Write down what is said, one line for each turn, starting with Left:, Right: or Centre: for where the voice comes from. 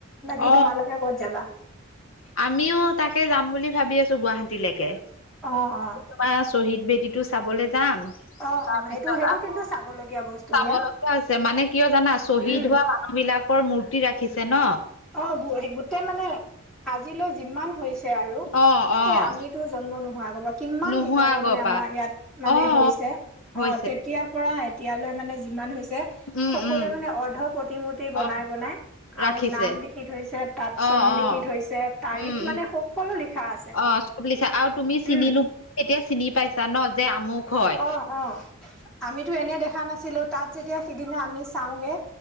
Centre: বাকী
Left: অ',
Centre: তোমালোকে ক'ত যাবা?
Left: আমিও, তাকে যাম বুলি ভাবি আছোঁ! গুৱাহাটীলেকে।
Centre: অ অ
Left: তোমাৰ শ্বহীদ বেদীটো চাবলৈ যাম।
Centre: অ
Left: তাৰপিছত,
Centre: অ সেইটো সেইটো
Left: আকৌ
Centre: কিন্তু চাবলগীয়া বস্তু
Left: চাবলগীয়া
Centre: দিয়া
Left: হৈছে। মানে, কিয় জানা? শ্বহীদ
Centre: উম
Left: হোৱা মান মানুহ বিলাকৰ মূৰ্তি ৰাখিছে ন'।
Centre: অ'! গোটেই মানে, আজিলৈ যিমান হৈছে আৰু।
Left: অ', অ',
Centre: এই, আমিতো জন্ম নোহোৱা আগৰ পৰা, কিমান
Left: নোহোৱা
Centre: দিনৰ পৰা
Left: আগৰ
Centre: মানে, আমাৰ ইয়াত মানে
Left: অ',
Centre: হৈছে?
Left: অ',
Centre: অ'!
Left: হৈছে
Centre: তেতিয়াৰ পৰা, এতিয়ালৈ মানে, যিমান হৈছে
Left: উম,
Centre: সকলোৱে
Left: উম।
Centre: মানে, অৰ্ধ প্ৰতিমূৰ্তি বনাই
Left: অ',
Centre: বনাই
Left: ৰাখিছে
Centre: আৰু নাম লিখি থৈছে। তাত,
Left: অ',
Centre: চন
Left: অ',
Centre: লিখি থৈছে। তাৰিখ
Left: উম, উম,
Centre: মানে, সকলো লিখা আছে।
Left: অ', চব লিখা আৰু তুমি চিনি
Centre: উম
Left: নো, এতিয়া চিনি পাইছা ন'? যে, আমুক। হয়।
Centre: অ' অ! আমিতো এনে, দেখা নাছ ছিলো। তাত যেতিয়া, সিদিনা আমি চাওঁগে।